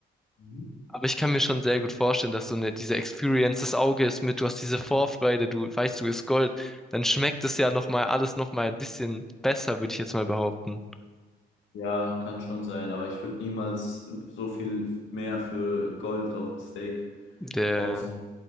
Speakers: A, on the left; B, in the centre.
A: Mhm.
B: Aber ich kann mir schon sehr gut vorstellen, dass so eine, diese Experience des Auges mit, du hast diese Vorfreude, du weißt, du ist Gold, dann schmeckt es ja nochmal alles nochmal ein bisschen besser, würde ich jetzt mal behaupten.
A: Ja, kann schon sein, aber ich würde niemals so viel mehr für Gold auf dem Steak
B: Der,
A: aus.